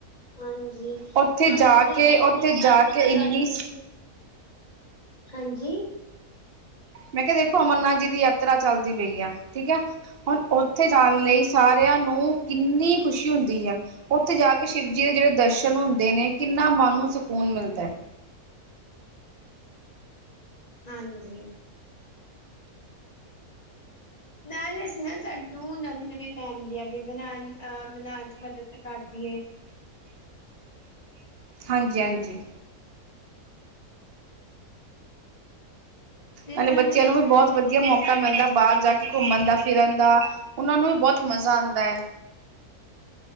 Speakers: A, on the left; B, on the right.
A: ਹਾਂਜੀ ਤੇ
B: ਉੱਥੇ ਜਾ
A: ਅਦਰ
B: ਕੇ
A: ਗੱਲਾਂ ਨਾਲ,,
B: ਉੱਥੇ ਜਾ
A: ਦੇਖੋ
B: ਕੇ
A: ਸਾਡੀ
B: ਇੰਨੀ
A: ਹਾਂਜੀ
B: ਮੈਂ ਕਿਹਾ ਦੇਖੋ ਅਮਰਨਾਥ ਜੀ ਦੀ ਯਾਤਰਾ ਚੱਲਦੀ ਪਈ ਆ, ਠੀਕ ਹੈ। ਹੁਣ ਉੱਥੇ ਜਾਣ ਲਈ ਸਾਰਿਆਂ ਨੂੰ ਕਿੰਨੀ ਖ਼ੁਸ਼ੀ ਹੁੰਦੀ ਹੈ। ਉੱਥੇ ਜਾ ਕੇ ਸ਼ਿਵਜੀ ਦੇ ਜਿਹੜੇ ਦਰਸ਼ਨ ਹੁੰਦੇ ਨੇ, ਕਿੰਨਾ ਮਨ ਨੂੰ ਸਕੂਨ ਮਿਲਦਾ ਹੈ।
A: ਹਾਂਜੀ ਨਾਲੇ ਇਸ ਨਾਲ, ਸਾਨੂੰ ਨਵੀਂ ਨਵੀਂ ਮੈਮਰੀਆਂ ਵੀ ਬਣਾਉਣ, ਬਣਾਉਣ ਚ, ਮਦਦ ਤੇ ਕਰਦੀ ਹੈ।
B: ਹਾਂਜੀ ਹਾਂਜੀ
A: ਤੇ
B: ਨਾਲੇ
A: ਨਾਲ
B: ਬੱਚਿਆਂ
A: ਫਿਰ
B: ਨੂੰ
A: ਇਸ
B: ਵੀ
A: ਨਾਲ
B: ਬਹੁਤ
A: ਅਗਰ
B: ਵਧੀਆ
A: ਜਿਵੇਂ
B: ਮੌਕਾ
A: ਅਗਰ
B: ਮਿਲਦਾ,
A: ਅਸੀਂ
B: ਬਾਹਰ
A: ਕਿਤੇ
B: ਜਾ ਕੇ ਘੁੰਮਣ ਦਾ। ਫਿਰਨ ਦਾ, ਉਹਨਾਂ ਨੂੰ ਵੀ ਬਹੁਤ ਮਜ਼ਾ ਆਉਂਦਾ ਹੈ।